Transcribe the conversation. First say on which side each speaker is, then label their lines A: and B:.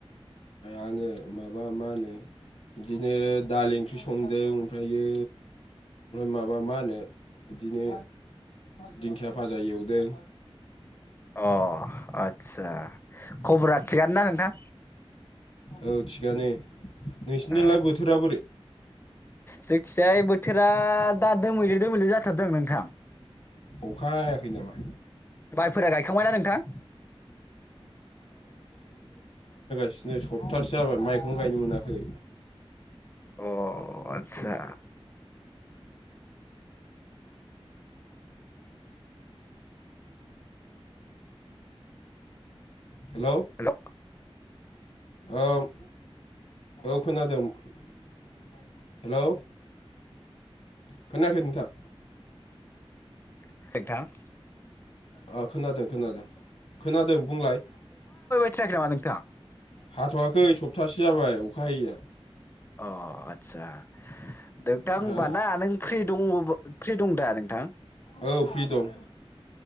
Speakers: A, on the left (about 75°); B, on the left (about 20°).
A: आङो माबा मा होनो बिदिनो दालि ओंख्रि संदों ओमफ्रायो माबा मा होनो बिदिनो दिंखिया भाजा एवदों
B: अ आतसा खबरा थिगानो ना नोंथां
A: औ थिगानो। नोंसिनिजोंलाय
B: आ
A: बोथोरा बोरै
B: जोंनिथिंजाय बोथोरा दा दोमैलु। दोमैलु जाथारदों नोंथां
A: अखा हायाखै नामा?
B: फोर गायखांबायना नोंथां
A: बिदिनो सप्तासे जाबाय माइखौनो गायनो मोनाखै
B: अ आतसा
A: हेल'
B: हेलौ
A: ओम औ खोनादों हेल' खोनायाखै नोंथां
B: <unintelligible>
A: अ खोनादों खोनादों खोनादों बुंलाय
B: खोनायाखै नामा नोंथाङा
A: हाथ'वाखै सप्तासे जाबाय अखा हायैया
B: अ आदसा दोथां होमबाना
A: हो
B: नों फ्रि दङ फ्रि दं दा नोंथां
A: औ फ्रि दं